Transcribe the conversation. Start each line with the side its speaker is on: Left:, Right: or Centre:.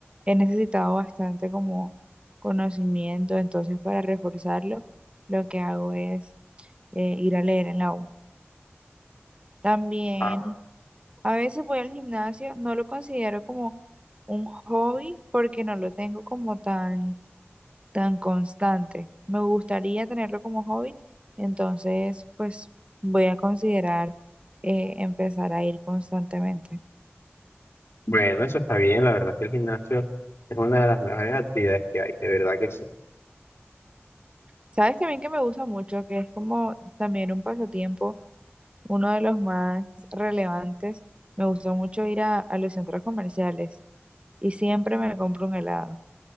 Right: he necesitado bastante como conocimiento, entonces para reforzarlo, lo que hago es eh, ir a leer en la U. También
Left: Ah,
Right: a veces voy al gimnasio, no lo considero como un hobby porque no lo tengo como tan tan constante. Me gustaría tenerlo como hobby, entonces pues voy a considerar eh, empezar a ir constantemente.
Left: bueno, eso está bien, la verdad es que el gimnasio es una de las mejores actividades que hay, de verdad que sí.
Right: Sabes también que me gusta mucho, que es como también un pasatiempo, uno de los más relevantes. Me gusta mucho ir a, a los centros comerciales y siempre me compro un helado,